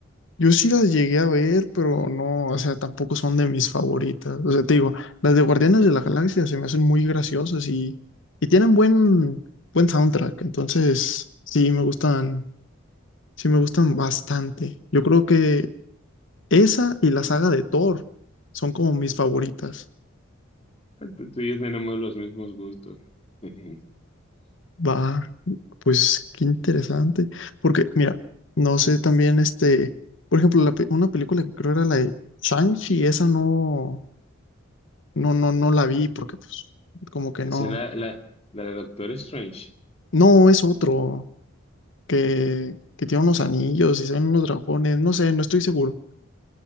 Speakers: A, on the left; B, on the left.
A: Yo sí las llegué a ver, pero no, o sea, tampoco son de mis favoritas. O sea, te digo, las de Guardianes de la Galaxia se me hacen muy graciosas y, y tienen buen, buen soundtrack. Entonces, sí, me gustan, sí me gustan bastante. Yo creo que Esa y la saga de Thor son como mis favoritas.
B: Tú tú y yo tenemos los mismos gustos. <laughs>
A: Va, pues qué interesante. Porque, mira, no sé también este, por ejemplo, la pe- una película que creo era la de Shang-Chi, esa no, no, no, no la vi porque pues como que
B: Esa
A: no.
B: es la, la, la de Doctor Strange.
A: No, es otro que, que tiene unos anillos y salen unos dragones, no sé, no estoy seguro.